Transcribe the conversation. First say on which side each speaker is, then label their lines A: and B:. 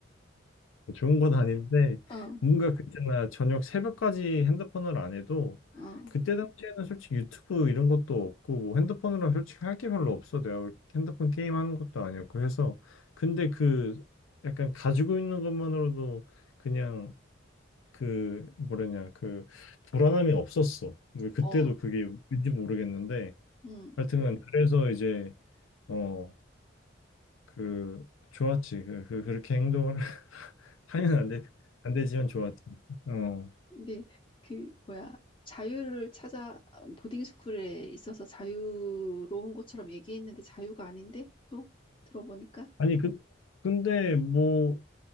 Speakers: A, on the left (about 85°); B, on the left (about 25°).
A: 뭐 좋은 건 아닌데
B: 어,
A: 뭔가 그때나 저녁 새벽까지 핸드폰을 안 해도
B: 어,
A: 그때 당시에는 솔직히 유튜브 이런 것도 없고 뭐 핸드폰으로 솔직히 할 게 별로 없어. 내가 핸드폰 게임 하는 것도 아니었고 해서 근데 그 약간 가지고 있는 것만으로도 그냥 그 뭐랬냐 그 불안함이 없었어. 뭐 그때도
B: 어,
A: 그게 왠지 모르겠는데
B: 음.
A: 하여튼간 그래서 이제 어 그 좋았지. 그, 그 그렇게 행동을 <laughs> 하면 안 돼. 안 되지만 좋았지. 어.
B: 근데 그 뭐야 자유를 찾아 보딩 스쿨에 있어서 자유로운 것처럼 얘기했는데 자유가 아닌데 또 들어보니까
A: 아니 그 근데 뭐